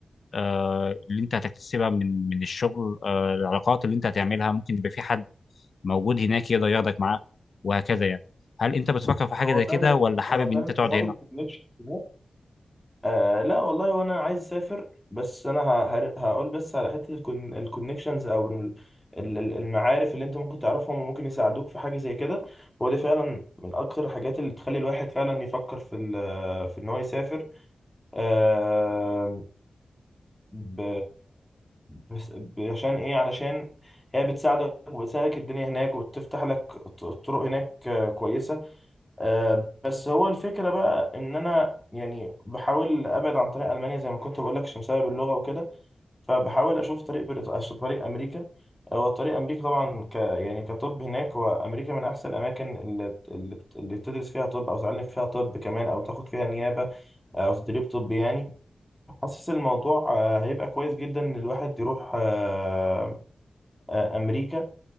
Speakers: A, on the left; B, in the centre.
A: آه، اللي انت هتكتسبها من من الشغل آه، العلاقات اللي انت هتعملها ممكن يبقى في حد موجود هناك يقدر ياخدك معاه وهكذا يعني هل انت بتفكر في حاجه
B: هو
A: زي
B: فعلا
A: كده ولا حابب
B: هو فعلا
A: ان انت تقعد
B: حوار
A: هنا
B: الكونكشن ده آه لا والله وانا عايز اسافر بس انا ه- هر- هقول بس على حته الكون- الكونكشنز او ال- ال- ال- المعارف اللي انت ممكن تعرفهم وممكن يساعدوك في حاجه زي كده هو دي فعلا من اكتر الحاجات اللي بتخلي الواحد فعلا يفكر في ال- في ان هو يسافر آه ب... بس- ب- عشان ايه علشان هي بتساعدك وبتساعدك الدنيا هناك وبتفتح لك ط- طرق هناك آه، كويسه آه، بس هو الفكرة بقى إن أنا يعني بحاول أبعد عن طريق ألمانيا زي ما كنت بقول لك عشان بسبب اللغة وكده فبحاول أشوف طريق بريط... عشان طريق أمريكا آه، هو طريق أمريكا طبعا ك يعني كطب هناك وأمريكا من أحسن الأماكن اللي بت- اللي, بت... اللي بتدرس فيها طب أو تعلم فيها طب كمان أو تاخد فيها نيابة أو تدريب طبي يعني حاسس الموضوع آه، هيبقى كويس جدا إن الواحد يروح آه، آه، أمريكا